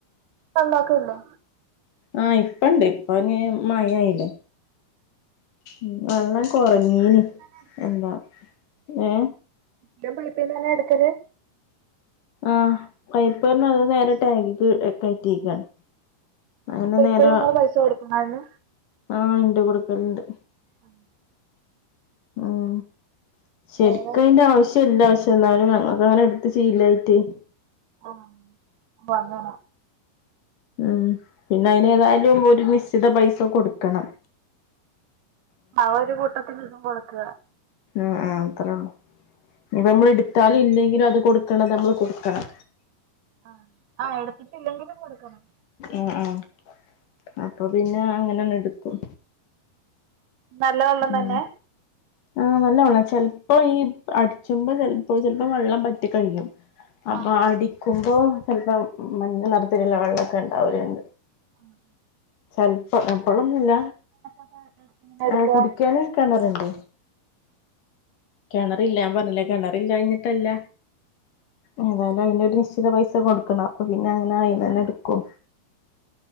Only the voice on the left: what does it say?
ആഹ് ഇപ്പണ്ട് ഇപ്പ പിന്നെ മായായില്ലേ ഉം വെള്ള കൊറഞ്ഞീന്
എന്താ ഏഹ്
ആഹ് പൈപ്പ്ന്ന് ഇള്ള നേരെ ടാങ്കിക്ക് കയറ്റിക്കാണ് അങ്ങനെ
നേരെ
ആഹ് ണ്ട് കൊടുക്കല്ണ്ട്
ഉം ശരിക്കതിന്റെ
ആവശ്യ ഇല്ലാ ക്ഷെ എന്നാലും ഞങ്ങൾക്ക് അങ്ങനെ എടുത്ത് ശീലായിട്ടേയ്
ഉം പിന്നെ അയ്നേതായാലും ഒരു നിശ്ചിത പൈസ കൊടുക്കണം
ആഹ് ആഹ് അത്രേ ഉള്ളൂ ഇനിപ്പമ്മ ഇട് ത്താലും ഇല്ലെങ്കിലും അത് കൊടുക്കാള്ളത് നമ്മൾ കൊടുക്കണം
എഹ് ഏഹ് അപ്പൊ പിന്നെ അങ്ങനെന്നെടുക്കും
ഉം
ആഹ് നല്ലവെള്ള ചെൽപ്പോ ഈ അടിച്ചുമ്പ ചിലപ്പോ ചിലപ്പോ വെള്ളം പറ്റെ കഴിയും അപ്പൊ
അടിക്കുമ്പോ ചിലപ്പോ മഞ്ഞ നിറത്തിലുള്ള വെള്ളക്കെ ഇണ്ടാവലുണ്ട്
ചെൽപ്പോം എപ്പോളൊന്നുല്ല
ഏഹ് കുടിക്കാൻ ഒരു കിണറുണ്ട് കിണറില്ലാൻ പറഞ്ഞില്ലേ കിണറില്ലാഞ്ഞിട്ടല്ല ഏന്തായാലും അയ്നൊഒരു ശ്ചിത പൈസ കൊടുക്കണം അപ്പൊ പിന്നെ അങ്ങനെ ആയിന്നന്നെ എടുക്കു